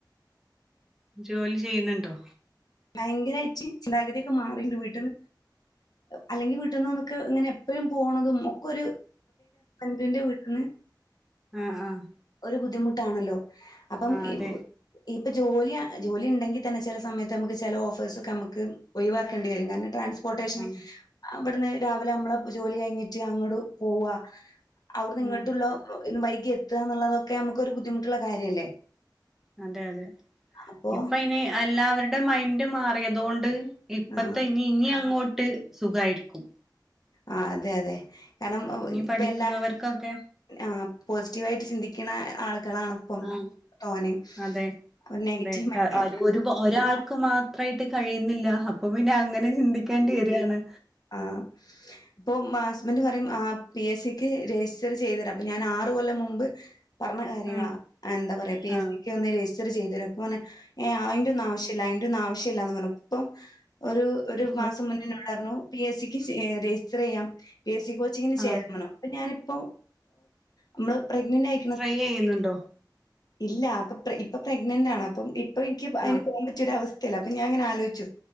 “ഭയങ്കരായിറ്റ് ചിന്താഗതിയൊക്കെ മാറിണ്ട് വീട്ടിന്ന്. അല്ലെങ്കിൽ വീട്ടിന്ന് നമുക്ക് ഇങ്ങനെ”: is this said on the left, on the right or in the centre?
Left